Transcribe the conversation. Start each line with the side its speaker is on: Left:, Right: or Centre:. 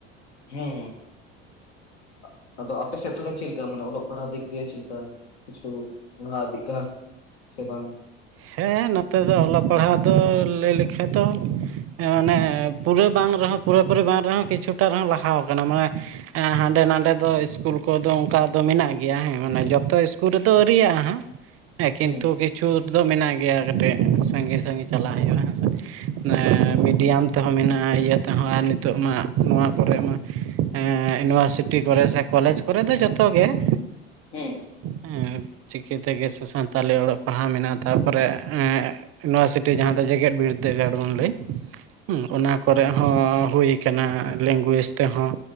Left: ᱦᱮᱸ ᱟ ᱟᱫᱚ ᱟᱯᱮ ᱥᱮᱫ ᱛᱟᱞᱦᱮ ᱪᱮᱫ ᱞᱮᱠᱟ ᱢᱟᱱᱮ ᱚᱞᱚᱜ ᱯᱟᱲᱦᱟᱣ ᱫᱤᱠ ᱫᱤᱭᱮ ᱪᱮᱫ ᱞᱮᱠᱟ᱾ ᱠᱤᱪᱷᱩ ᱢᱟᱱᱟᱣ ᱤᱫᱤ ᱠᱟᱱᱟ ᱥᱮ ᱵᱟᱝ?
Right: ᱦᱮᱸ ᱱᱚᱛᱮ ᱫᱚ ᱚᱞᱚᱜ ᱯᱟᱲᱦᱟᱜ ᱫᱚ ᱞᱟᱹᱭ ᱞᱮᱠᱷᱟᱡ ᱫᱚ ᱦᱮᱸ ᱢᱟᱱᱮ ᱯᱩᱨᱟᱹ ᱵᱟᱝ ᱨᱮᱦᱚᱸ ᱯᱩᱨᱟᱹ ᱯᱩᱨᱤ ᱵᱟᱝ ᱨᱮᱦᱚᱸ ᱠᱤᱪᱷᱩᱴᱟ ᱨᱮᱦᱚᱸ ᱞᱟᱦᱟᱣ ᱠᱟᱱᱟ᱾ ᱢᱟᱱᱮ ᱮᱸ ᱦᱟᱸᱰᱮ ᱱᱟᱰᱮ ᱫᱚ ᱤᱥᱠᱩᱞ ᱠᱚᱫᱚ ᱚᱱᱠᱟ ᱫᱚ ᱢᱮᱱᱟᱜ ᱜᱮᱭᱟ ᱦᱮᱸ ᱢᱟᱱᱮ ᱡᱚᱛᱚ ᱤᱥᱠᱩᱞ ᱨᱮᱫᱚ ᱟᱹᱣᱨᱤᱭᱟᱜᱼᱟ ᱦᱟᱸᱜ᱾ ᱦᱮᱸ ᱠᱤᱱᱛᱩ
Left: ᱦᱩᱸ
Right: ᱠᱤᱪᱷᱩ ᱫᱚ ᱢᱮᱱᱟᱜ ᱜᱮᱭᱟ ᱠᱟᱹᱴᱤᱡ ᱥᱟᱺᱜᱤᱧ ᱥᱟᱺᱜᱤᱧ ᱪᱟᱞᱟᱜ ᱦᱩᱭᱩᱜᱼᱟ ᱦᱮᱸᱥᱮ᱾ ᱢᱟᱱᱮ
Left: ᱦᱩᱸ
Right: ᱢᱤᱰᱤᱭᱟᱢ ᱛᱮᱦᱚᱸ ᱢᱮᱱᱟᱜᱼᱟ ᱤᱭᱟ ᱛᱮᱦᱚᱸ ᱟᱨ ᱱᱤᱛᱚᱜ ᱢᱟ ᱱᱚᱣᱟ ᱠᱚᱨᱮᱜ ᱢᱟ ᱮᱸ ᱤᱭᱩᱱᱤᱵᱷᱟᱨᱥᱤᱴᱤ ᱠᱚᱨᱮᱜ ᱥᱮ ᱠᱚᱞᱮᱡᱽ ᱠᱚᱨᱮ ᱫᱚ ᱡᱚᱛᱚ ᱜᱮ ᱦᱮᱸ
Left: <unintelligible>
Right: ᱦᱮᱸ ᱪᱤᱠᱤ ᱛᱮᱜᱮ ᱥᱮ ᱥᱟᱱᱛᱟᱞᱤ ᱚᱞᱚᱜ ᱯᱟᱲᱦᱟᱣ ᱢᱮᱱᱟᱜᱼᱟ ᱛᱟᱨᱯᱚᱨᱮ ᱤᱭᱩᱱᱤᱵᱷᱟᱨᱥᱤᱴᱤ ᱡᱟᱦᱟᱸ ᱫᱚ ᱡᱮᱜᱮᱫ ᱵᱤᱨᱫᱟᱹᱜᱟᱲ ᱵᱚᱱ ᱞᱟᱹᱭ ᱦᱩᱸ ᱚᱱᱟ ᱠᱚᱨᱮ ᱦᱚᱸ ᱦᱩᱭ ᱟᱠᱟᱱᱟ ᱞᱮᱝᱜᱩᱭᱮᱡᱽ ᱛᱮᱦᱚᱸ,